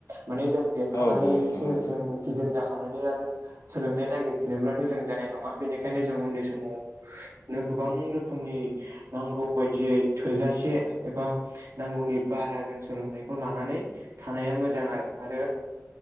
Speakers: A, on the right; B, on the left.
A: माने जों देरखानानैसो
B: औ औ नोंथां औ
A: जों गिदिर जाख नानै आरो सोलोंथाइ नागिरफिनोब्लाथ' जों जानाय नङा बेनिखायनो जों उन्दै समावनो गोबां रोखोमनि नांगौ बायदियै थोजासे एबा नांगौनि बारा जों सोलोंथाइखौ लानानै थानाया मोजां आरो आरो